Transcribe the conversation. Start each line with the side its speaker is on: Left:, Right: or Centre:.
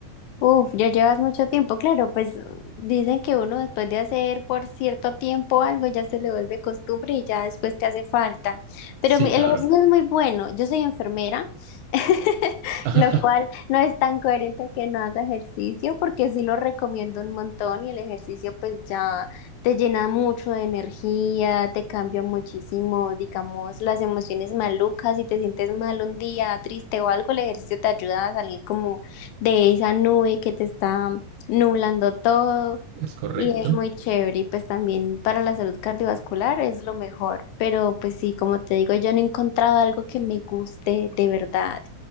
Left: Uf, ya llevas mucho tiempo, claro, pues dicen que uno después de hacer por cierto tiempo algo ya se le vuelve costumbre y ya después te hace falta. Pero
Right: Sí,
Left: mi-
Right: claro.
Left: el ejercicio es muy bueno, yo soy enfermera, <laughs>
Right: <laughs>
Left: lo cual no es tan coherente que no haga ejercicio porque sí lo recomiendo un montón y el ejercicio pues ya te llena mucho de energía, te cambia muchísimo, digamos, las emociones malucas, si te sientes mal un día, triste o algo, el ejercicio te ayuda a salir como de esa nube que te está nublando todo
Right: Es correcto.
Left: y es muy chévere y pues también para la salud cardiovascular es lo mejor, pero pues sí, como te digo, yo no he encontrado algo que me guste de verdad.